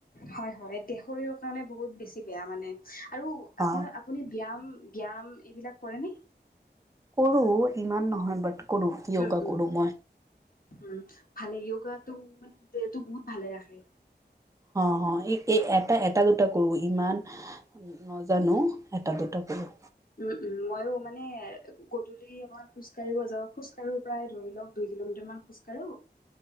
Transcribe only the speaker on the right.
হয়
কৰো ইমান নহয় বাট কৰো য়োগা
কৰো মই।
অ' - অ', এ- এটা- এটা-দুটা কৰোঁ। ইমান নজানো। এটা- দুটা কৰোঁ।